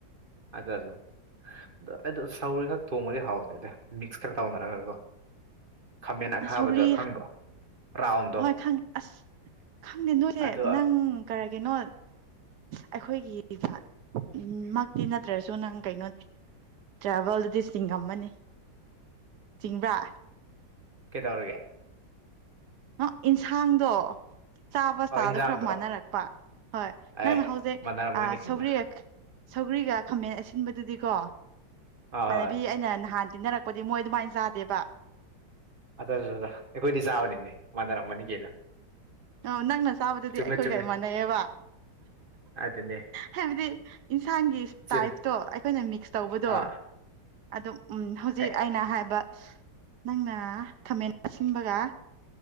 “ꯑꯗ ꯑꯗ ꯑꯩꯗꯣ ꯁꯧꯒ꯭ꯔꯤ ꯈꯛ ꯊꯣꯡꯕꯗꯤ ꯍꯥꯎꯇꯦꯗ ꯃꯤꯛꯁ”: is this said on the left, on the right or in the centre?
Right